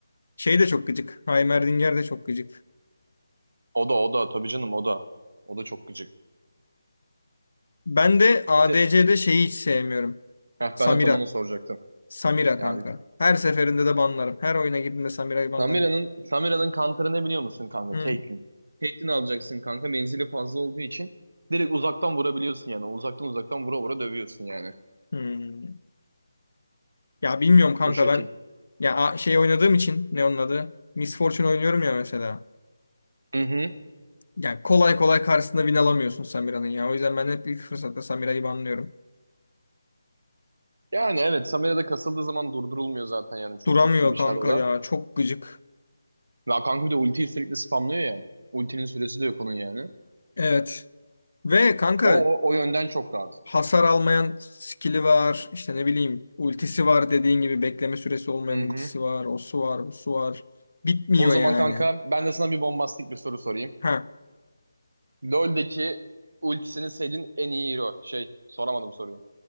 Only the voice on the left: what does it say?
Şey de çok gıcık. Heimerdinger de çok gıcık.
Ben de ADC'de
şeyi hiç sevmiyorum.
Samira.
Samira
kanka. Her seferinde de banlarım. Her oyuna girdiğimde Samira'yı banlarım.
Hı.
Hmm. Ya bilmiyorum kanka
ben ya a- şey oynadığım için ne onun adı? Miss Fortune oynuyorum ya mesela.
Yani kolay kolay karşısında win alamıyorsun Samira'nın ya. O yüzden ben hep ilk fırsatta Samira'yı banlıyorum.
Duramıyor
kanka
ya. Çok gıcık.
Evet. Ve kanka
hasar almayan skill'i var. İşte ne bileyim ultisi var dediğin gibi bekleme süresi olmayan
ultisi
var. O su var, bu su var. Bitmiyor
yani.
Ha.